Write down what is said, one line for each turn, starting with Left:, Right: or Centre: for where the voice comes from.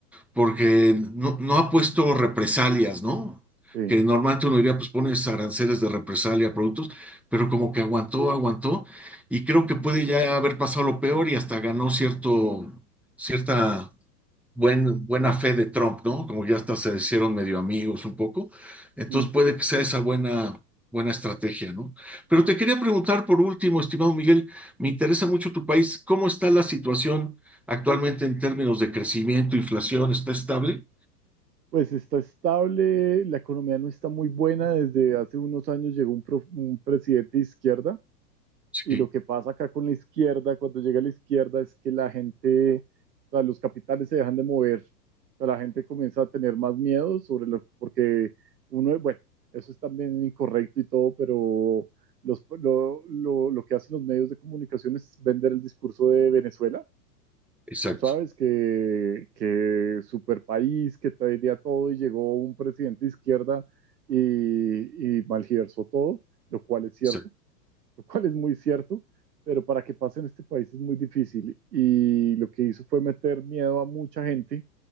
Centre: porque no, no ha puesto represalias, ¿no?
Right: Sí.
Centre: Que normalmente uno diría, pues pones aranceles de represalia a productos, pero como que aguantó, aguantó, y creo que puede ya haber pasado lo peor y hasta ganó cierto, cierta buen, buena fe de Trump, ¿no? Como ya hasta se hicieron medio amigos un poco. Entonces
Right: Mm.
Centre: puede que sea esa buena, buena estrategia, ¿no? Pero te quería preguntar por último, estimado Miguel, me interesa mucho tu país. ¿Cómo está la situación actualmente en términos de crecimiento, inflación? ¿Está estable?
Right: Pues está estable, la economía no está muy buena. Desde hace unos años llegó un, pro- un presidente de izquierda
Centre: Sí,
Right: Y lo que pasa acá con la izquierda, cuando llega a la izquierda, es que la gente, o sea, los capitales se dejan de mover. O sea, la gente comienza a tener más miedo sobre lo, porque uno, bueno, eso es también incorrecto y todo, pero los, lo, lo, lo que hacen los medios de comunicación es vender el discurso de Venezuela.
Centre: exacto,
Right: Tú sabes que, que super país, que traería todo y llegó un presidente de izquierda y, y malgiversó todo, lo cual es cierto.
Centre: exacto,
Right: <laughs> lo cual es muy cierto, pero para que pase en este país es muy difícil. Y lo que hizo fue meter miedo a mucha gente,